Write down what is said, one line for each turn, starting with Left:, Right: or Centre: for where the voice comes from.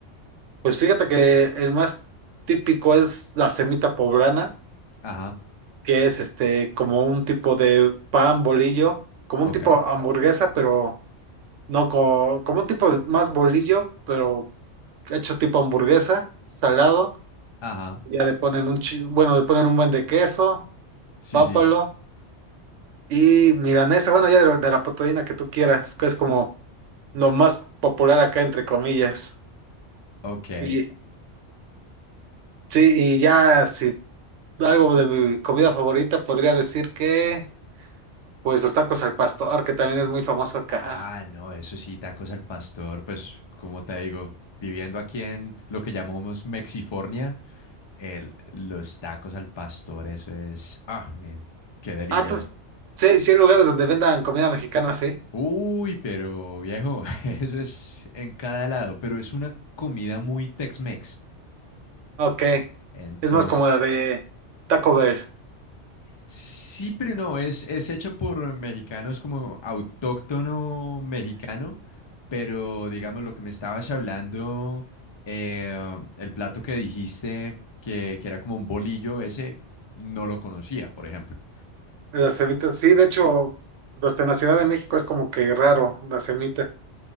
Right: Pues fíjate que el más típico es la semita poblana,
Left: Ajá,
Right: que es este como un tipo de pan bolillo, como
Left: ok.
Right: un tipo hamburguesa, pero no co- como, un tipo de- más bolillo, pero hecho tipo hamburguesa, salado.
Left: Ajá.
Right: Ya le ponen un chi- bueno, le ponen un buen de queso,
Left: Sí,
Right: pápalo.
Left: sí.
Right: Y milanesa, bueno, ya de, la de la proteína que tú quieras, que es como lo más popular acá, entre comillas.
Left: Ok.
Right: Y sí, y ya si algo de mi comida favorita podría decir que, pues los tacos al pastor, que también es muy famoso acá.
Left: Ah, no, eso sí, tacos al pastor. Pues, como te digo, viviendo aquí en lo que llamamos Mexifornia, el, los tacos al pastor, eso es. Ah, man, qué delicia.
Right: Ah, entonces, sí, sí hay lugares donde vendan comida mexicana, ¿sí?
Left: Uy, pero viejo, <laughs> eso es en cada lado, pero es una comida muy Tex-Mex.
Right: Ok.
Left: Entonces,
Right: Es más como la de Taco Bell.
Left: Sí, pero no, es, es hecha por mexicanos como autóctono mexicano, pero digamos lo que me estabas hablando, eh, el plato que dijiste que, que era como un bolillo, ese no lo conocía, por ejemplo.
Right: La semita, sí, de hecho, hasta en la Ciudad de México es como que raro, la semita.